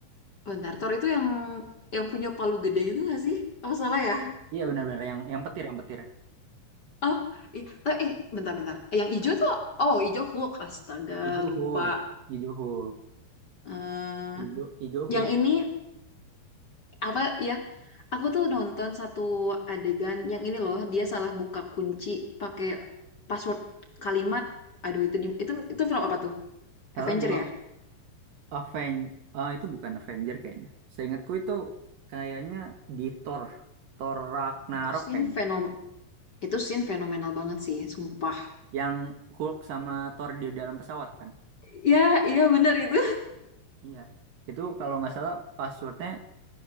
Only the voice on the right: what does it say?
Iya benar-benar yang yang petir yang petir.
Ijo
Hulk, Ijo Hulk,
Ijo Ijo Hulk.
Salah
buka
Aven ah, itu bukan Avenger kayaknya. Seingatku itu kayaknya di Thor, Thor Ragnarok
kayaknya.
Yang Hulk sama Thor di dalam pesawat kan?
Iya. Itu kalau nggak salah passwordnya